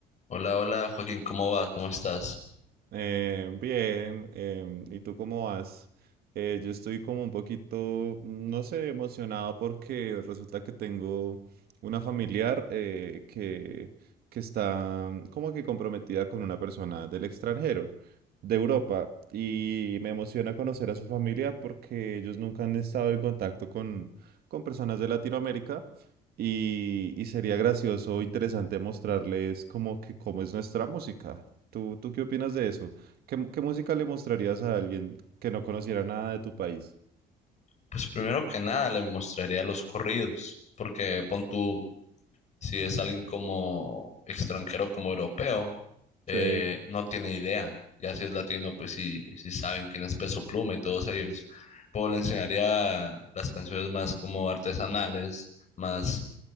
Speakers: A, on the left (about 45°); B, on the right (about 65°).
A: Hola, hola Joaquín, ¿cómo va? ¿Cómo estás?
B: Eh, bien, em, ¿y tú cómo vas? Eh, yo estoy como un poquito, no sé, emocionado porque resulta que tengo una familiar eh, que, que está como que comprometida con una persona del extranjero, de Europa, y me emociona conocer a su familia porque ellos nunca han estado en contacto con, con personas de Latinoamérica. Y, y sería gracioso, interesante mostrarles como que cómo es nuestra música. ¿Tú, tú qué opinas de eso? ¿Qué, mu- qué música le mostrarías a alguien que no conociera nada de tu país?
A: Pues primero que nada le mostraría los corridos, porque pon tú, si es alguien como extranjero, como europeo, eh,
B: Sí.
A: no tiene idea. Ya si es latino, pues sí, sí saben quién es Peso Pluma y todos ellos. Pero le enseñaría las canciones más como artesanales, más